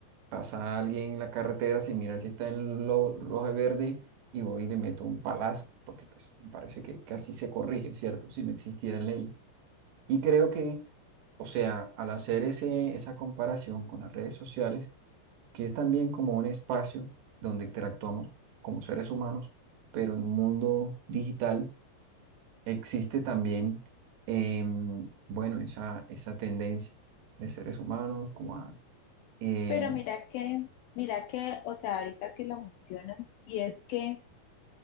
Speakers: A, on the right; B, on the left.
A: pasa alguien en la carretera sin mirar si está en lo rojo y verde y voy y le meto un palazo, porque pues me parece que, que así se corrige, ¿cierto? Si no existieran leyes. Y creo que, o sea, al hacer ese, esa comparación con las redes sociales, que es también como un espacio donde interactuamos como seres humanos, pero en un mundo digital existe también, em, bueno, esa, esa tendencia de seres humanos como a... eh,
B: Pero mira que, mira que, o sea, ahorita que lo mencionas, y es que